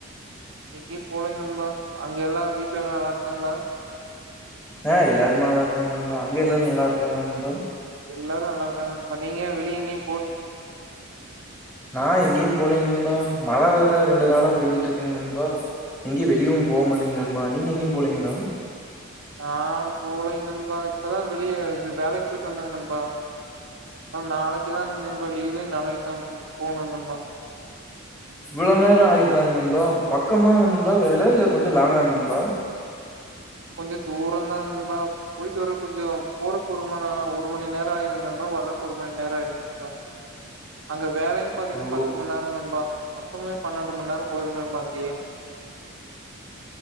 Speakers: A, on the right; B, on the left.
A: எங்கியு போலங்க நண்பா அங்க எலாம் வீட்லலாம் நல்லா இருக்காங்களா
B: ஆ எல்லாருமே நல்லா இருக்காங்க நண்பா அங்க எல்லாரும் நல்லா இருக்காங்களா நண்பா
A: எல்லாரும் நல்லா இருக்காங்க நண்பா நீங்க வெளிய எங்கியு
B: நான் எங்கியு போலயே நண்பா மழை வேற ரெண்டு நாளா பேஞ்சிட்டு இருக்குங்க நண்பா இங்கேயு வெளியவும் போ முடில்லைங்க நண்பா நீங்க எங்கயு போலீங்களா
A: ஆ போலைங் நண்பா இப்பதான் வெளியே விட் வேலைக்கு போயிட்டு வந்தங்க நண்பா நாளைக்குதா நண்பா லீவு நாளைக்குதா <inaudible> போனும் நண்பா
B: இவ்ளோ நேரம் ஆயி <unintelligible> ஏன் நண்பா பக்கமா நண்பா வேல கொஞ்சம் லாங்க நண்பா
A: கொஞ்சம் தூர தான் நண்பா போயிட்டு வரப்ப கொஞ்சம் போறப்ப ஒரு மணி ஆகிடும் நண்பா வரப்ப ஒரு மணி நேரம் ஆயிரும் நண்பா அங்க வேலை பாத்தீங்கன்னா
B: ஓ
A: பத்து மணி நேரம் நண்பா <unintelligible> பன்னெண்டு மணி நேரம் போயிரும் நண்பா அங்கேயே